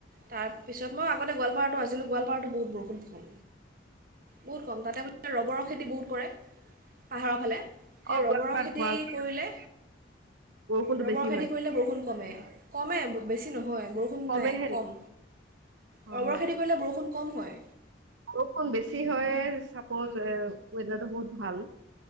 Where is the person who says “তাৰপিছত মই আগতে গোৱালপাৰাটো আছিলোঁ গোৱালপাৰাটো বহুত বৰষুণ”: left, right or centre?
Right